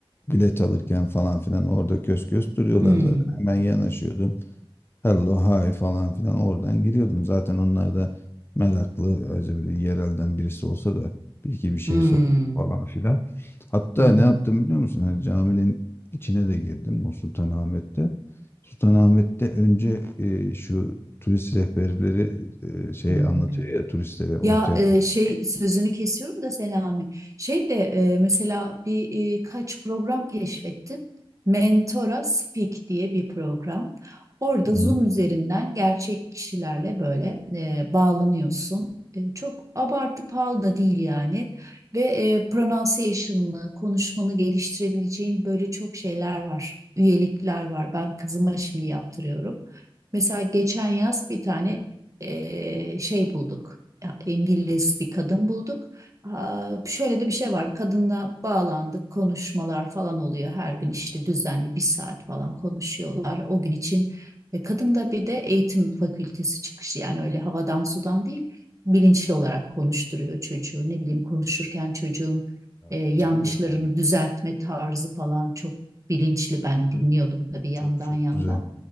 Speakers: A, on the left (about 25°); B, on the right (about 35°).
A: bilet alırken falan filan orada kös kös duruyorlar
B: Hmm,
A: zaten. Hemen yanaşıyordum. Hello hi falan filan oradan giriyordum. Zaten onlar da meraklı acaba yerelden birisi olsa da bir iki bir şey
B: hmm,
A: sor falan filan. Hatta
B: hı hı,
A: ne yaptım biliyor musun? Hani caminin içine de girdim bu Sultanahmet'te. Sultanahmet'te önce e, şu turist rehberleri e, şey
B: hmm.
A: anlatıyor ya turistlere ortaya.
B: Ya e, şey sözünü kesiyorum da Selami. Şey de e, mesela bir e, kaç program keşfettim. Mentora Speak diye bir program. Orada
A: Hı.
B: Zoom üzerinden gerçek kişilerle böyle e, bağlanıyorsun. E, çok abartı pahalı da değil yani. Ve e, pronunciation'ını, konuşmanı geliştirebileceğin böyle çok şeyler var. Üyelikler var. Ben kızıma şimdi yaptırıyorum. Mesela geçen yaz bir tane e, şey bulduk. İngiliz bir kadın bulduk. şöyle de bir şey var. Kadınla bağlandık, konuşmalar falan oluyor. Her gün işte düzenli bir saat falan konuşuyorlar. O gün için ve kadın da bir de eğitim fakültesi çıkışı yani öyle havadan sudan değil bilinçli olarak konuşturuyor çocuğu. Ne bileyim konuşurken çocuğun
A: Ha,
B: e, yanlışlarını
A: Tabii yani.
B: düzeltme tarzı falan çok bilinçli. Ben
A: Tabii
B: dinliyordum tabii yandan
A: çok çok
B: yandan.
A: güzel.